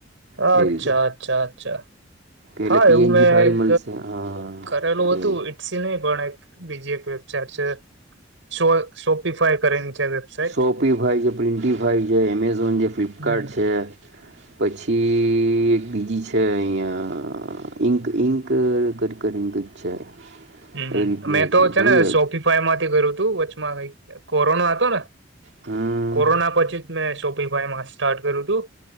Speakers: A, on the right; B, on the right.
A: અચ્છા
B: એ રીતે
A: અચ્છા અચ્છા
B: કે
A: હા
B: એટલે પીએનજી
A: એવું મેં
B: ફાઇલ
A: એક
B: મળશે હા
A: કરેલું
B: એ
A: હતું
B: રીતે
A: ઈટસી નહ પણ એક બીજી એક વેબસાઇટ છે શો શોપિફાય કરીને છે વેબસાઇટ
B: શોપીફાઈ છે પ્રિન્ટીફાઈ છે એમેઝોન છે ફ્લિપકાર્ટ
A: હમ
B: છે પછી એક બીજી છે અહીંયા ઇંક ઇંક ખખર ઇંક જ છે
A: હમ
B: એ રીતની
A: મેં
B: એક
A: તો છે
B: ઘણી
A: ને
B: વેબ
A: સોપીફાઈ માંથી કર્યું તું વચમાં કઈક કોરોના હતો ને
B: હમ
A: કોરોના પછી મેંો ભાઈ મા સ્ટાર્ટ કરું તું